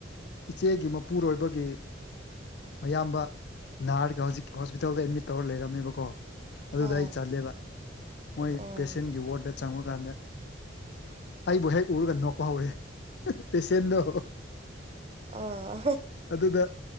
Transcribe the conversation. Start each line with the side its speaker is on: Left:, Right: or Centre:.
Left: ꯏꯆꯦꯒꯤ ꯃꯄꯨꯔꯣꯏꯕꯒꯤ ꯃꯌꯥꯝꯕ ꯅꯥꯔꯒ ꯍꯧꯖꯤꯛ ꯍꯣꯁꯄꯤꯇꯥꯜꯗ ꯑꯦꯗꯃꯤꯠ ꯇꯧꯔ ꯂꯩꯔꯝꯃꯦꯕꯀꯣ ꯑꯗꯨꯗ
Right: ꯍꯣꯏ
Left: ꯑꯩ ꯆꯜꯂꯦꯕ ꯃꯣꯏ
Right: ꯎꯝ
Left: ꯄꯦꯁꯦꯟꯒꯤ ꯋꯥꯔꯗ ꯆꯪꯕꯀꯥꯟꯗ ꯑꯩꯕꯨ ꯍꯦꯛ ꯎꯔꯒ ꯅꯣꯛꯄ ꯍꯧꯔꯦ ꯄꯦꯁꯦꯟꯗꯣ
Right: ꯎꯝ ꯎꯝ
Left: ꯑꯗꯨꯗ